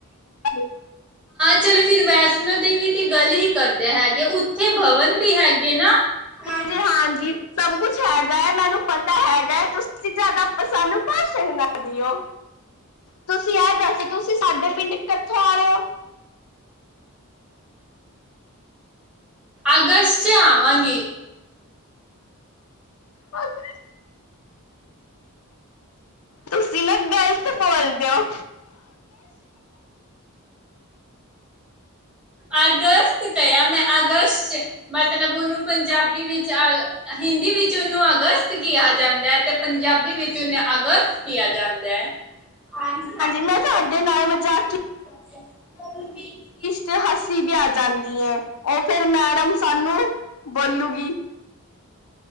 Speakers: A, on the left; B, in the centre.
A: ਆਉਂਦਾ ਨੀ
B: ਚਲ ਫ ਵੈਸ਼ਨੋ ਦੇਵੀ ਦੀ ਗੱਲ ਹੀ ਕਰਦੇ ਹੈਗੇ ਓਥੇ ਭਵਨ ਵੀ ਹਗੇ ਨਾ ਹ ਹ
A: ਹਾਂਜੀ ਹਾਂਜੀ ਸਭ ਕੁਛ ਹੈਗਾ ਹੈ ਮੈਨੂੰ ਪਤਾ ਹੈਗਾ ਹੈ ਤੁਸੀਂ ਜ਼ਿਆਦਾ ਸਾਨੂੰ ਭਾਸ਼ਣ ਨਾ ਦਿਓ ਤੁਸੀਂ ਇਹ ਦੱਸ ਤੁਸੀਂ ਸਾਡੇ ਪਿੰਡ ਕਿੱਥੋਂ ਆ ਰਹੇ ਹੋ
B: ਅਗਸਟ ਆਵਾਂਗੇ
A: ਹੋ ਫ ਤੁਸੀਸੀ ਨਾ ਗੱਲ ਸਲਦੇ ਹੋ
B: ਆਦਰਰਸ਼ ਕਿਆ ਮੈਂ ਅਗਸਤ ਮਤਲਬ ਉਹਨੂੰ ਪੰਜਾਬੀ ਵਿੱਚ ਅ ਹਿੰਦੀ ਵਿੱਚ ਉਹਨੂੰ ਅਗਸਤ ਕਿਹਾ ਜਾਂਦਾ ਹੈ ਤੇ ਪੰਜਾਬੀ ਵਿੱਚ ਉਹਨੇ ਅਗਸਤ ਕਿਹਾ ਜਾਂਦਾ ਹੈ ਹਾਂਜੀ ਹਜੀ
A: ਮੈਂ ਤੁਹਾਡੇ ਨਾਲ ਮਜ਼ਾਕ ਚ ਹਸੀ ਵੀ ਆ ਜਾਂਦੀ ਐ, ਓੱਥੇ ਫਿਰ ਮੈਡਮ ਸਾਨੂੰ ਬੋਲੂਗੀ।